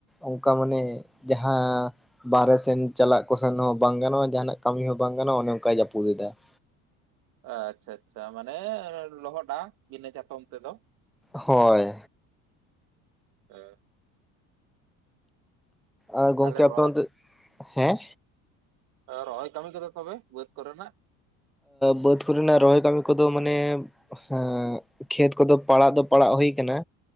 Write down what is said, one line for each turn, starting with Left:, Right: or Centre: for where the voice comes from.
Centre: ᱚᱱᱠᱟ ᱢᱟᱱᱮ ᱡᱟᱦᱟᱸ ᱵᱟᱦᱨᱮ ᱥᱮᱱ ᱪᱟᱞᱟᱜ ᱠᱚᱥᱮᱱ ᱦᱚᱸ ᱵᱟᱝ ᱜᱟᱱᱚᱜᱼᱟ ᱡᱟᱦᱟᱱᱟᱜ ᱠᱟᱹᱢᱤ ᱦᱚᱸ ᱵᱟᱝ ᱜᱟᱱᱚᱜᱼᱟ ᱚᱱᱮ ᱚᱱᱠᱟᱭ ᱡᱟᱹᱯᱩᱫ ᱮᱫᱟ ᱾
Right: ᱟᱪᱪᱷᱟ ᱟᱪᱪᱷᱟ ᱢᱟᱱᱮ ᱞᱚᱦᱚᱫᱟ ᱵᱤᱱᱟᱹ ᱪᱟᱛᱚᱢ ᱛᱮᱫᱚ ᱾
Centre: ᱦᱳᱭ ᱾
Right: ᱦᱮᱸ
Centre: ᱟᱨ ᱜᱚᱝᱠᱮ
Right: ᱛᱟᱦᱚᱞᱮ
Centre: ᱟᱯᱮ
Right: ᱨᱚᱦᱚᱭ
Centre: ᱚᱱᱛᱮ, ᱦᱮᱸ
Right: ᱨᱚᱦᱚᱭ ᱠᱟᱹᱢᱤ ᱠᱟᱫᱚ ᱛᱚᱵᱮ ᱵᱟᱹᱫᱽ ᱠᱚ ᱨᱮᱱᱟᱜ᱾
Centre: ᱵᱟᱹᱫ ᱠᱚ ᱨᱮᱱᱟᱜ ᱨᱚᱦᱚᱭ ᱠᱟᱹᱢᱤ ᱠᱚᱫᱚ ᱢᱟᱱᱮ ᱦᱮᱸ ᱠᱷᱮᱛ ᱠᱚᱫᱚ ᱯᱟᱲᱟᱜ ᱫᱚ ᱯᱟᱲᱟᱜ ᱦᱩᱭ ᱠᱟᱱᱟ᱾